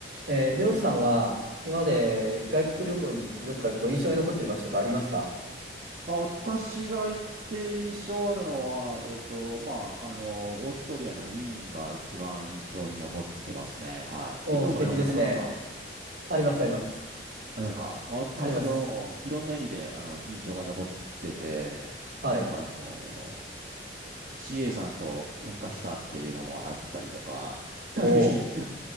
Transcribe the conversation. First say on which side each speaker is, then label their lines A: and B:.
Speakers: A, on the right (about 75°); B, on the right (about 45°).
A: えー、りょうさんは今まで外国旅行に行ってどっかこう印象に残ってる場所とかありますか
B: あ、私が行って印象あるのは、えっと、まあ、あの、オーストリアのウィーンが一番印象に残ってますね。はい。
A: おー、
B: 行ったことありますか、
A: 素敵ですね。
B: 中村さん。あ
A: あります、あります。
B: りますか私はもう、
A: あります。
B: いろんな意味で、あの、印象が残ってて、
A: はい。
B: あの、CA さんと喧嘩したっていうのもあったりとか、<laughs> はい、
A: おー、